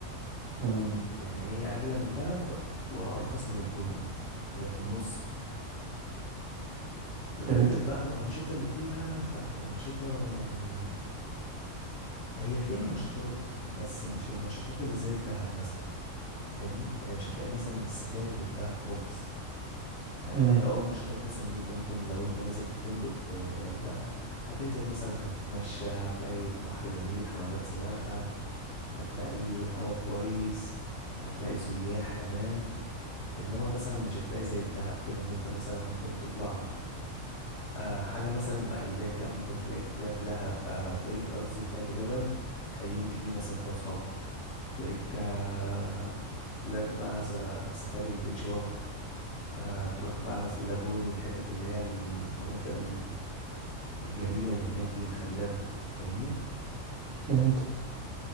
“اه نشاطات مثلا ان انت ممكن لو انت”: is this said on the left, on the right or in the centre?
Left